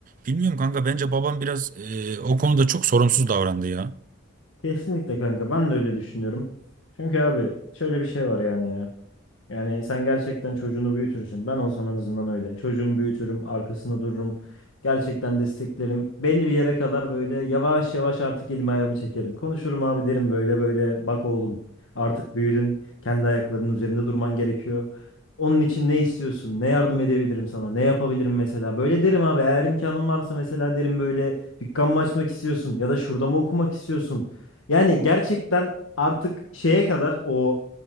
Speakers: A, on the right; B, on the left.
A: Bilmiyorum kanka bence baban biraz e, o konuda çok sorumsuz davrandı ya.
B: Kesinlikle kanka ben de öyle düşünüyorum. Çünkü abi şöyle bir şey var yani ya. Yani sen gerçekten çocuğunu büyütürsün. Ben olsam en azından öyle. Çocuğumu büyütürüm, arkasında dururum. Gerçekten desteklerim. Belli bir yere kadar böyle yavaş yavaş artık elimi ayağımı çekerim. Konuşurum abi derim böyle böyle. Bak oğlum artık büyüdün. Kendi ayaklarının üzerinde durman gerekiyor. Onun için ne istiyorsun? Ne yardım edebilirim sana? Ne yapabilirim mesela? Böyle derim abi. Eğer imkanım varsa mesela derim böyle dükkan mı açmak istiyorsun? Ya da şurada mı okumak istiyorsun? Yani gerçekten artık şeye kadar o